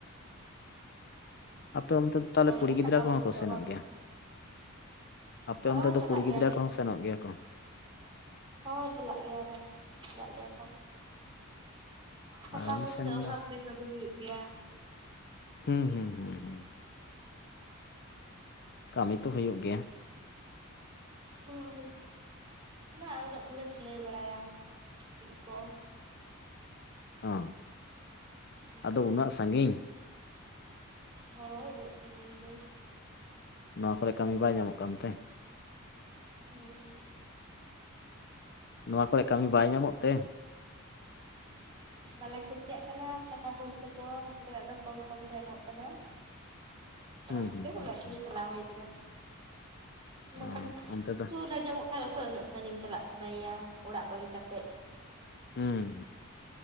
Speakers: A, on the left; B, on the right.
A: ᱟᱯᱮ ᱚᱱᱛᱮ ᱫᱚ ᱛᱟᱦᱚᱞᱮ
B: ᱚᱸᱰᱮ
A: ᱠᱩᱲᱤ
B: ᱦᱚᱸ
A: ᱜᱤᱫᱽᱨᱟᱹ
B: ᱴᱟᱠᱟ
A: ᱠᱚᱦᱚᱸ
B: ᱯᱩᱭᱥᱟᱹ
A: ᱠᱚ ᱥᱮᱱᱚᱜ
B: ᱚᱵᱷᱟᱵ
A: ᱜᱮᱭᱟ?
B: ᱛᱮ
A: ᱟᱯᱮ
B: ᱦᱚᱸ
A: ᱚᱱᱛᱮ ᱫᱚ
B: ᱪᱟᱞᱟᱜ
A: ᱠᱩᱲᱤ
B: ᱜᱮᱭᱟᱞᱮ
A: ᱜᱤᱫᱽᱨᱟᱹ ᱠᱚᱦᱚᱸ ᱥᱮᱱᱚᱜ ᱜᱮᱭᱟ ᱠᱚ᱾
B: ᱦᱳᱭ ᱪᱟᱞᱟᱜ ᱜᱮᱭᱟᱞᱮ, ᱪᱟᱞᱟᱜ ᱜᱮᱭᱟ ᱠᱚ᱾ ᱴᱟᱠᱟ
A: ᱟᱨ ᱟᱞᱮ
B: ᱯᱚᱭᱥᱟ
A: ᱥᱮᱱ
B: ᱚᱵᱷᱟᱵ
A: ᱫᱚ
B: ᱛᱮ ᱠᱟᱹᱢᱤ ᱦᱩᱭᱩᱜ ᱜᱮᱭᱟ᱾
A: ᱦᱩᱸ ᱦᱩᱸ ᱦᱩᱸ ᱦᱩᱸ ᱠᱟᱹᱢᱤ ᱛᱚ ᱦᱩᱭᱩᱜ ᱜᱮᱭᱟ᱾
B: ᱦᱳᱭ ᱚᱱᱟ ᱟᱝᱨᱚᱜ ᱠᱚᱞᱮ ᱥᱤᱞᱟᱹᱭ ᱵᱟᱲᱟᱭᱟ ᱪᱮᱫ ᱠᱚ᱾
A: ᱚ,
B: ᱦᱩᱸ
A: ᱟᱫᱚ ᱩᱱᱟᱹᱜ ᱥᱟᱺᱜᱤᱧ?
B: ᱦᱳᱭ ᱩᱱᱟᱹᱜ ᱥᱟᱺᱜᱤᱧ ᱜᱮ᱾
A: ᱱᱚᱣᱟ ᱠᱚᱨᱮ ᱠᱟᱹᱢᱤ ᱵᱟᱭ ᱧᱟᱢᱚᱜ ᱠᱟᱱ ᱛᱮ?
B: ᱦᱮᱸ <inaudible>
A: ᱱᱚᱣᱟ ᱠᱚᱨᱮ ᱠᱟᱹᱢᱤ ᱵᱟᱭ ᱧᱟᱢᱚᱜ ᱛᱮ?
B: <inaudible> ᱵᱟᱞᱮ ᱠᱩᱥᱤᱭᱟᱜ ᱠᱟᱱᱟ ᱴᱟᱠᱟ ᱯᱩᱭᱥᱟᱹ ᱠᱚ, ᱱᱚᱛᱮ ᱠᱚᱢ ᱠᱚᱢ ᱠᱚ ᱮᱢᱚᱜ ᱠᱟᱱᱟ᱾ ᱚᱱᱟ
A: ᱦᱩᱸ
B: ᱠᱷᱟᱹᱛᱤᱨ
A: ᱦᱩᱸ ᱦᱩᱸ
B: ᱩᱱᱟᱹᱜ ᱥᱟᱺᱜᱤᱧ
A: ᱦᱩᱸ
B: ᱪᱟᱞᱟᱣ ᱦᱩᱭ ᱠᱟᱱᱟ᱾ ᱱᱚᱝᱠᱟ
A: ᱚ
B: ᱫᱚ
A: ᱚᱱᱛᱮ ᱫᱚ
B: ᱥᱩᱨ ᱨᱮ ᱧᱟᱢᱚᱜ ᱠᱷᱟᱱ ᱚᱠᱚᱭ ᱩᱱᱟᱹᱜ ᱥᱟᱺᱜᱤᱧ ᱪᱟᱞᱟᱜ ᱥᱟᱱᱟᱭᱮᱭᱟ, ᱚᱲᱟᱜ ᱵᱟᱹᱜᱤ ᱠᱟᱛᱮᱫ᱾
A: ᱦᱩᱸ